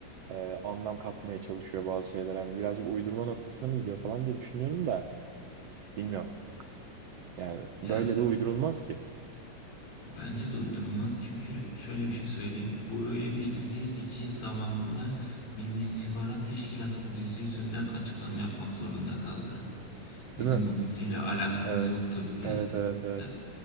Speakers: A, on the right; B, on the left.
A: e, anlam katmaya çalışıyor bazı şeyler hani birazcık uydurma noktasına mı gidiyor falan diye düşünüyorum da bilmiyorum. Yani
B: ya
A: böyle de uydurulmaz ki,
B: bence de uydurulmaz çünkü şöyle bir şey söyleyeyim. Bu öyle bir diziydi ki zamanında Milli İstihbarat Teşkilatı bu dizi yüzünden açıklama yapmak zorunda kaldı. Bizim
A: değil mi?
B: bu diziyle alakamız
A: Evet.
B: yoktur diye.
A: Evet evet evet.
B: Ya